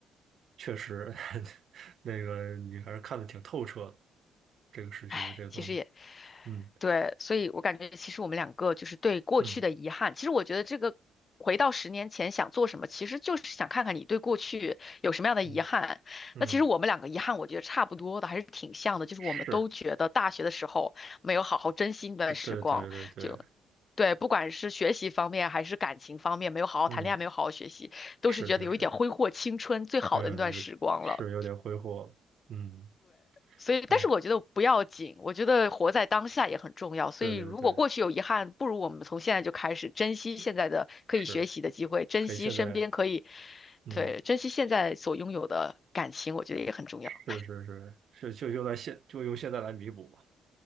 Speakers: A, on the right; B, on the left.
A: 确实 <laughs> 那个你还是看的挺透彻的，这个时期的这个东西。
B: 唉，其实也
A: 嗯
B: 对，所以我感觉其实我们两个就是对过去的遗憾。
A: 嗯
B: 其实我觉得这个回到十年前想做什么，其实就是想看看你对过去有什么样的遗憾。
A: 嗯嗯，
B: 那其实我们两个遗憾，我觉得差不多的，还是挺像的，就是我们都觉得大学的时候没有好好珍惜那段时光，
A: 是，对对对对对，
B: 就。对，不管是学习方面还是感情方面，没有好好谈恋爱，
A: 嗯，
B: 没有好好学习，都是觉得有一点挥霍青春最好的那段时光了。
A: 是是是，呃，有是有点挥霍了，嗯，
B: 所以，
A: 哎，
B: 但是我觉得不要紧，我觉得活在当下也很重要。所以，
A: 对对对，
B: 如果过去有遗憾，不如我们从现在就开始珍惜现在的可以学习的机会，
A: 就是
B: 珍惜身边可以，
A: 可以现在，嗯，
B: 对，珍惜现在所拥有的感情，我觉得也很重要。
A: 是是是，是就就在现就用现在来弥补吧，